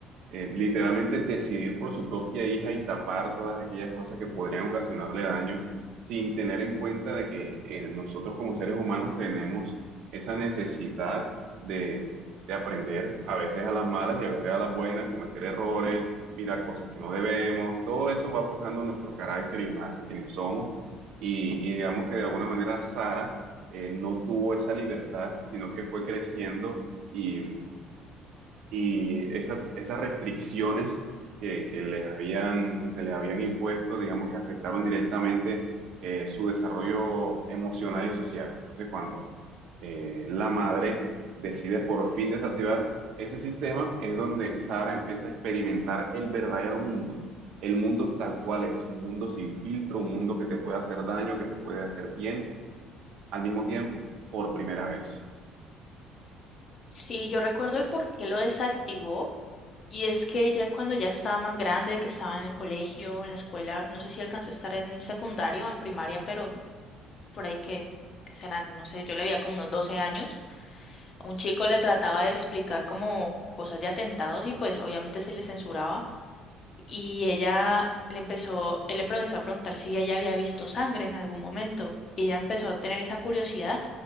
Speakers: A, on the right (about 65°); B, on the left (about 45°).
A: eh, literalmente decidir por su propia hija y tapar todas aquellas cosas que podrían ocasionarle daño sin tener en cuenta de que eh, nosotros como seres humanos tenemos esa necesidad de, de aprender a veces a las malas y a veces a las buenas, cometer errores, mirar cosas que no debemos, todo eso va forjando nuestro carácter y nos hace quienes somos y, y digamos que de alguna manera Sara eh, no tuvo esa libertad, sino que fue creciendo y y esa- esas restricciones que, que les habían, que se les habían impuesto, digamos que afectaron directamente eh, su desarrollo emocional y social. Entonces, cuando eh, la madre decide por fin desactivar ese sistema, es donde Sara empieza a experimentar el verdadero mundo, el mundo tal cual es, un mundo sin filtro, un mundo que te puede hacer daño, que te puede hacer bien al mismo tiempo, por primera vez.
B: Sí, yo recuerdo el por qué lo desactivó Y es que ya cuando ya estaba más grande, que estaba en el colegio, en la escuela, no sé si alcanzó a estar en secundario o en primaria, pero por ahí que, que serán, no sé, yo le veía como unos 12 años, un chico le trataba de explicar como cosas de atentados y pues obviamente se le censuraba y ella le empezó, él le empezó a preguntar si ella ya había visto sangre en algún momento y ella empezó a tener esa curiosidad